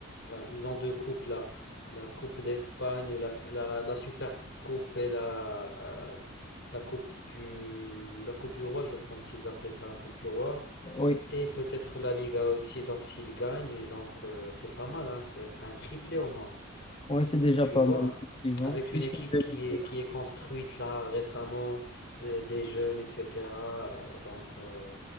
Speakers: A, on the left; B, on the left.
A: ouais, ils ont deux coupes là, la Coupe d'Espagne, la, la, la Super Coupe et la, euh, la Coupe du, la Coupe du Roi, je pense qu'ils appellent ça la Coupe du Roi.
B: Oui,
A: Et peut-être la Liga aussi, donc s'il gagne, donc euh, c'est pas mal, hein, c'est c'est un triplé au moins.
B: oui, c'est déjà
A: Tu
B: pas
A: vois,
B: mal, effectivement.
A: avec
B: Plus
A: une équipe
B: une demi-finale.
A: qui est, qui est construite là récemment, euh, des jeunes, etc. euh, donc, euh,